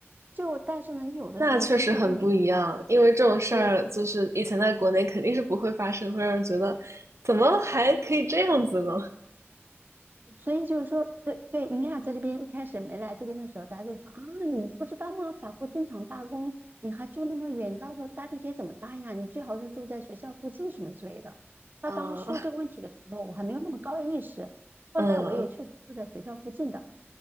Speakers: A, on the right (about 45°); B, on the right (about 85°).
A: 就但是呢，你有的时候出去，
B: 那确实很不一样，
A: 因为你
B: 因为这种事儿就是以前在国内肯定是不会发生，
A: 对。
B: 会让人觉得怎么还可以这样子呢？
A: 所以就是说，对对，你看，在这边一开始没来这边的时候，大家就说啊，你不知道吗？法国正常罢工，你还住那么远，到时候搭地铁怎么搭呀？你最好是住在学校附近什么之类的。他当时说这个问题的时候，
B: 啊、
A: 我还没有那么高的意识。后来我也确实住在学校附近的。
B: 嗯，